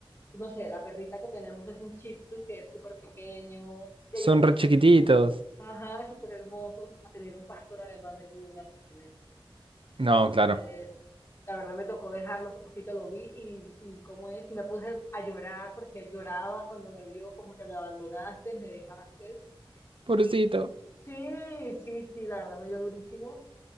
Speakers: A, on the left; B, on the right.
A: no sé, la perrita que tenemos es un Shih Tzu que es súper pequeño, que
B: Son
A: ya tiene,
B: re chiquititos.
A: ajá, súper hermosos, a tener un pastor alemán metido en un apartamento. Entonces,
B: No, claro.
A: la verdad me tocó dejarlo, hace poquito lo vi y, y cómo es, y me puse a llorar porque él lloraba cuando me vio como que me abandonaste, me dejaste.
B: Pobrecito.
A: Y sí, sí, sí, la verdad me dio durísimo.